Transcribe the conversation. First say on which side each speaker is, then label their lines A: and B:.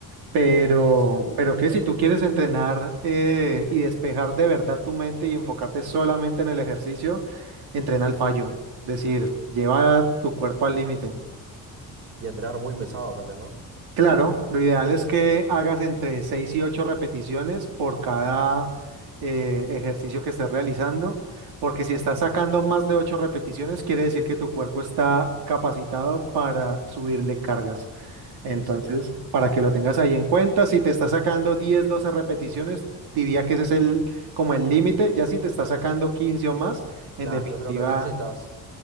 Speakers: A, on the right; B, on the right.
A: Pero,
B: Sí.
A: pero que si tú quieres entrenar eh, y despejar de verdad tu mente y enfocarte solamente en el ejercicio, entrena al fallo, es decir, lleva tu cuerpo al límite.
B: Y entrenar muy pesado también, ¿no?
A: Claro, lo ideal es que hagas entre 6 y 8 repeticiones por cada eh, ejercicio que estés realizando, porque si estás
B: Ujú.
A: sacando más de 8 repeticiones, quiere decir que tu cuerpo está capacitado para subirle cargas. Entonces,
B: Exacto.
A: para que lo tengas ahí en cuenta, si te estás sacando 10, 12 repeticiones, diría que ese es el, como el límite, ya si te estás sacando 15 o más, en
B: Nada,
A: definitiva,
B: si estás sacando 15, estás...